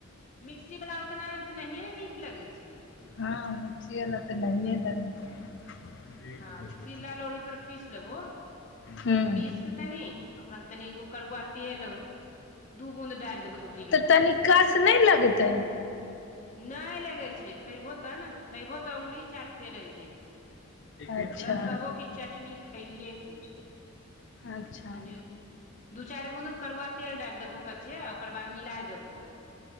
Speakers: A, on the left; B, on the left.
A: मिक्सी वला ओतना तऽ नहिए ने नीक लगै छै
B: हँ मिर्ची एल तऽ नय लगै छै
A: हँ तऽ सिला लोढ़ी पर पीस लेबहो
B: हूँ
A: पीस के तनि ओकरा मे तनिगो करुआ तेल दू बूद डाल दहो दू तीन
B: तऽ
A: बूद
B: तनी कस नहि लगतै
A: नहि लगे छै खेबहो ते ने खेबहो तऽ अंगुरी चाटते रहि जेयबो
B: अच्छा
A: तब कहबो कि चटनी खैलियै कुछ तनी
B: अच्छा
A: दू चारि बुन्द करुआ तेल डालि देबहो कचे ओकर बाद मिला देबहो